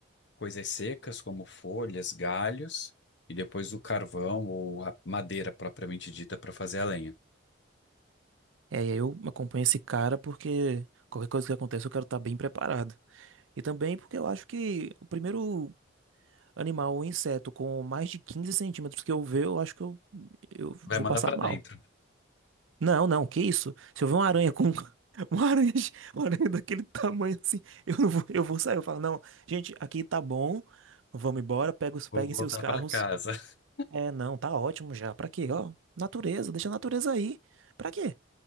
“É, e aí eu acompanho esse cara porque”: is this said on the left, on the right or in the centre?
Right